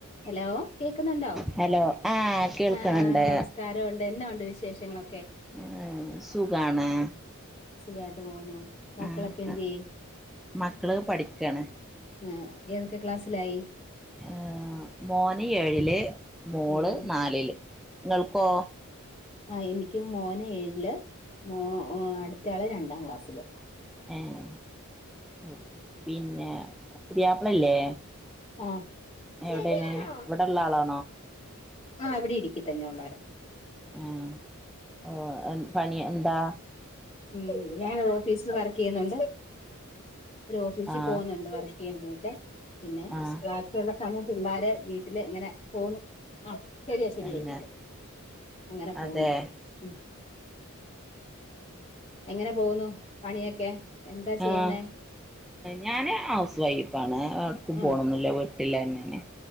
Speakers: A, on the left; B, in the centre.
A: Hello. കേക്കുന്നുണ്ടോ.
B: Hello ആഹ് കേൾക്കണണ്ട്
A: ആഹ് നമസ്കാര ഉണ്ട് എന്നാ ഉണ്ട് വിശേഷങ്ങളൊ
B: ആഹ് സുഖാണ്
A: സുഖായിട്ട് പോവുന്നു. മക്കളൊക്കെ
B: ആഹ്
A: എന്തേയ്
B: മക്കള് പഠിക്കാണ്
A: ഉം ഏതൊക്കെ ക്ലാസ്സിലായി
B: ആഹ് മോന് ഏഴ്ല്. മോള്
A: ഏഴില്
B: നാലില്. ഇങ്ങൾക്കോ
A: ആയ് എനിക്ക് മോന് ഏഴില്. മോ ഓ അടുത്തയാള് രണ്ടാം ക്ലാസ്സില്
B: ആഹ് പിന്നെ പ്യാപ്പ്ളല്ലേ
A: ആഹ് ശരിയാണോ
B: എവിടേണ് ഇവിട്ള്ള ആളാ
A: ആഹ് ഇവിടെ ഇടുക്കിത്തന്നെ ഉള്ളവരാ
B: ആഹ് ഓഹ് പണി എന്താ
A: ഉം ഞാൻ ഓഫീസി വർക്കീയ്യുന്നുണ്ട് ഒരൊഫീസി
B: ആഹ്
A: പോവുന്ന്ണ്ട് വർക്കീയ്യാൻ വേണ്ടീട്ട് പിന്നെ
B: ആഹ്
A: ബാക്കിയുള്ള സമയത്ത് ള്ളാര് വീട്ടില് ഇങ്ങനെ പോവുന്നു ആ ശരിയാ ശരിയ
B: തന്നെ
A: എഴുതിക്കൊ അങ്ങനെ പോവുന്നു
B: അതെ
A: ഉം എങ്ങനെ പോവുന്നു പണിയൊക്കെ എന്താ ചെയ്യുന്നെ
B: ആഹ് ഞാന് ഹൗസ് വൈഫാണ്. എട്ക്കും പോണൊന്നില്ല
A: ആഹ്
B: വീട്ടില്ലന്നേണ്